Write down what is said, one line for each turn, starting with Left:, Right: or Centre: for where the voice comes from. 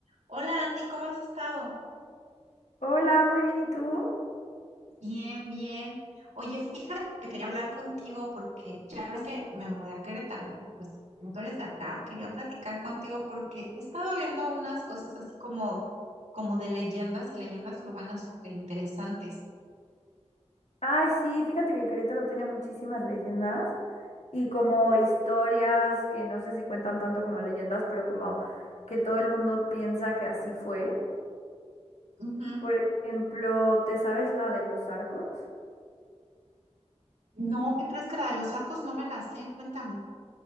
Right: Hola Andy, ¿cómo has estado?
Left: Hola, muy bien, ¿y tú?
Right: Bien, bien. Oye, fíjate que quería hablar contigo porque ya ves que me mudé a Querétaro y pues como tú eres de acá, quería platicar contigo porque he estado viendo unas cosas así como, como de leyendas y leyendas urbanas súper interesantes.
Left: Ay, sí, fíjate que Querétaro tiene muchísimas leyendas y como historias que no sé si cuentan tanto como leyendas, pero como que todo el mundo piensa que así fue.
Right: Ujú.
Left: Por ejemplo, ¿te sabes la de los arcos?
Right: No, ¿qué crees que la de los arcos no me la sé? Cuéntame.